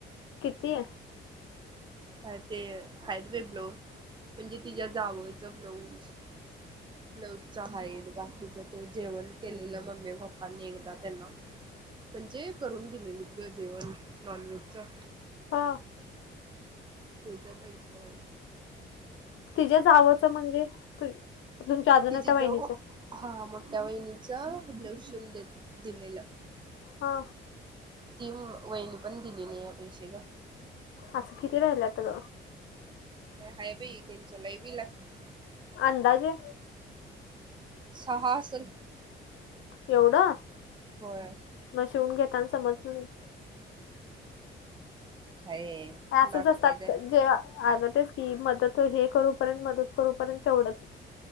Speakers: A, on the left; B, on the right.
A: कितीय?
B: काय ते हायित बाई ब्लाऊज. म्हणजे, तिच्या जावंच ब्लाऊज ब्लाऊजच आहे. बाकीच ते जेवण केलेलं मम्मी, पप्पांनी एकदा त्यांना. म्हणजे, करून दिलेली त गं जेवण नॉनव्हेज च.
A: हा.
B: त्याचं पैशा आहे.
A: तिच्या जावंच म्हणजे? तु तुमच्या अजून
B: तिची
A: एकट्या बहिणीचं
B: जाऊ, हा मोठ्या वहिनीच ब्लाऊज शिवुन दी दिलेलं.
A: हा
B: ती म वहीनी पण दिली नाही या पैसे गं.
A: असं किती राहील्यात गं
B: हाय बी त्यांच्या बी ला हाय.
A: अंदाजे
B: सहा असंल
A: एवढं?
B: होय
A: मग शिवून घेताना समजलं नाही
B: <inaudible> काय
A: हे असंच
B: नाटकेच
A: असतात,
B: आहे
A: जेव्हा अग तेच कि मदत हे करूपर्यंत मदत करूपर्यंत तेवढंच